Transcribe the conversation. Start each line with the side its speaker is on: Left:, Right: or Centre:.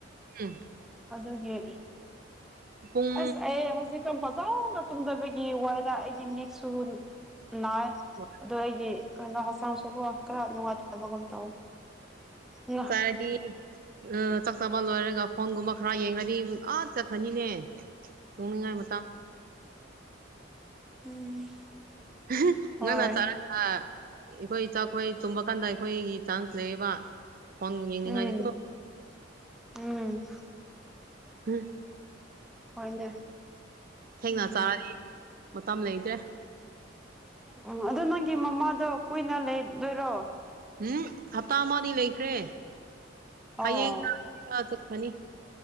Right: ꯎꯝ
Centre: ꯑꯗꯨꯒꯤ
Right: ꯄꯨꯡ
Centre: ꯑꯁ ꯑꯩ ꯍꯧꯖꯤꯛ ꯇꯪ ꯐꯖꯅ ꯇꯨꯝꯗꯕꯒꯤ ꯋꯥꯢꯗ ꯑꯩꯒꯤ ꯃꯤꯠꯁꯨ ꯅꯥꯏ
Right: ꯍꯣꯏ
Centre: ꯑꯗꯣ ꯑꯩꯒꯤ ꯀꯩꯅꯣ ꯍꯛꯆꯥꯡꯁꯨꯀꯣ ꯈꯔ ꯅꯨꯡꯉꯥꯏꯇꯕꯒꯨꯝ ꯇꯧꯑꯦ ꯉ
Right: ꯍꯥꯢꯗꯤ ꯑ ꯆꯥꯛ ꯆꯥꯕ ꯂꯣꯏꯔꯒ ꯐꯣꯟꯒꯨꯝꯕ ꯈꯔ ꯌꯦꯡꯟꯉꯗꯤ ꯑꯥ ꯆꯠꯈ꯭ꯔꯅꯤꯅꯦ ꯇꯨꯝꯅꯤꯡꯉꯥꯢ ꯃꯇꯝ
Centre: ꯎꯝ
Right: ꯑꯍ
Centre: ꯍꯣꯏ
Right: ꯉꯟꯅ ꯆꯥꯔꯒ ꯑꯩꯈꯣꯏ ꯏꯆꯥꯈꯣꯏ ꯇꯨꯝꯕ ꯀꯥꯟꯗ ꯑꯩꯈꯣꯏꯒꯤ ꯆꯥꯟꯁ ꯂꯩꯌꯦꯕ ꯐꯣꯟ ꯌꯦꯡꯅꯤꯡꯉꯥꯏꯗꯤꯀꯣ
Centre: ꯎꯝ ꯎꯝ
Right: <unintelligible>
Centre: ꯍꯣꯏꯅꯦ
Right: ꯊꯦꯡꯅ
Centre: ꯎꯝ
Right: ꯆꯥꯔꯦ ꯃꯇꯝ ꯂꯩꯇ꯭ꯔꯦ
Centre: ꯎꯝ ꯑꯗꯨ ꯅꯪꯒꯤ ꯃꯃꯥꯗꯣ ꯀꯨꯏꯅ ꯂꯩꯗꯣꯏꯔꯣ
Right: ꯍꯨꯝ ꯍꯞꯇꯥ ꯑꯃꯗꯤ ꯂꯩꯈ꯭ꯔꯦ ꯍꯌꯦꯡ
Centre: ꯑꯣ
Right: ꯑꯥ ꯆꯠꯈꯔ꯭ ꯅꯤ